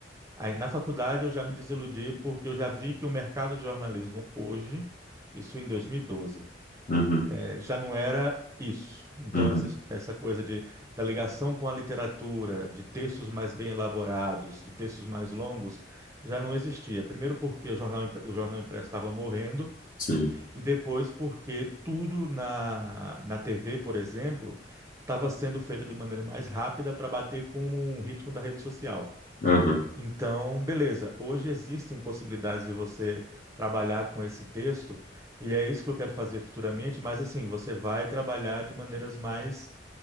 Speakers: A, on the right; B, on the left.
A: Aí na faculdade eu já me desiludi porque eu já vi que o mercado de jornalismo hoje, isso em 2012,
B: Uhum,
A: eh, já não era isso. Então
B: uhum,
A: essa, his- essa coisa de, da ligação com a literatura, de textos mais bem elaborados, de textos mais longos, já não existia. Primeiro porque o jornal, impre- o jornal impresso estava morrendo
B: sim.
A: e depois porque tudo na, na TV, por exemplo, estava sendo feito de maneira mais rápida para bater com o ritmo da rede social.
B: Aham.
A: Então, beleza. Hoje existem possibilidades de você trabalhar com esse texto, e é isso que eu quero fazer futuramente, mas assim, você vai trabalhar de maneiras mais